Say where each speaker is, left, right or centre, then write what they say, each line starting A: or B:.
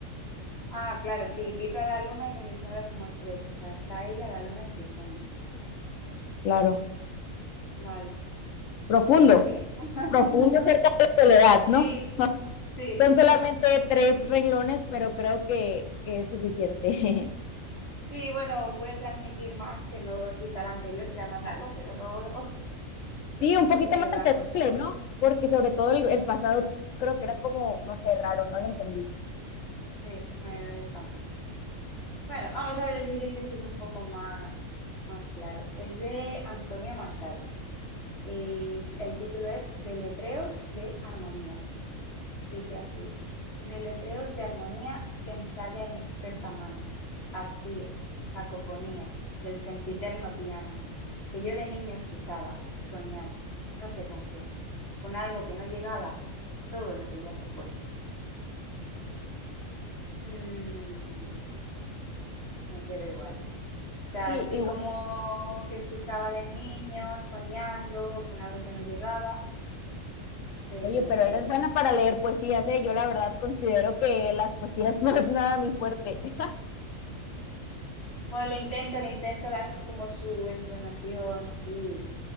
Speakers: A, on the left (about 50°); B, on the left (about 75°).
A: Ah, claro, sí, invito a la luna y con mi sombra somos tres. O sea, está ella, la luna y su sombra.
B: Claro.
A: ¿no? Vale,
B: Profundo,
A: pues muy bien. <laughs>
B: profundo acerca de la soledad,
A: Sí,
B: ¿no? Son,
A: sí,
B: son solamente tres renglones, pero creo que, que es suficiente. <laughs>
A: sí, bueno, puede transmitir más que no quita el anterior, que era más largo, pero no, <laughs> no
B: Sí,
A: entendía
B: un poquito
A: yo
B: más
A: gran
B: entendible,
A: cosa.
B: ¿no? Porque sobre todo el,
A: Sí,
B: el pasado creo que era como, no sé, raro, no lo entendí.
A: sí, eh, yo tampoco. Bueno, vamos a ver el siguiente si es un poco más, más claro. Es de Antonio Machado. Y el título es Deletreos de Armonía. Dice así, Deletreos de Armonía que ensaya inexperta mano, hastío, cacofonía, del sempiterno piano, que yo de niño escuchaba, soñando, no sé con qué, con algo que no llegaba, todo lo que ya se fue. Mm, me quedo igual. O sea,
B: Sí,
A: así
B: igual.
A: como que escuchaba de niño, soñando, con algo que no llegaba, pero
B: Oye, pero eres buena para leer poesías, ¿eh? Yo la verdad considero que las poesías <laughs> no es nada mi fuerte. <laughs>
A: Bueno, le intento, le intento dar su, como su entonación así,